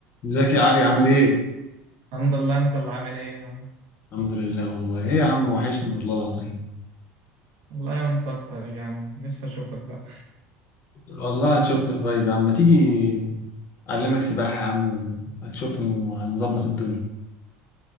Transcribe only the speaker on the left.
ازيك يا علي عامل ايه؟
الحمد لله والله ايه يا عم وحشني والله العظيم
والله هتشوفني قريب يا عم ما تيجي اعلمك سباحة يا عم وهتشوفني وهنظبط الدنيا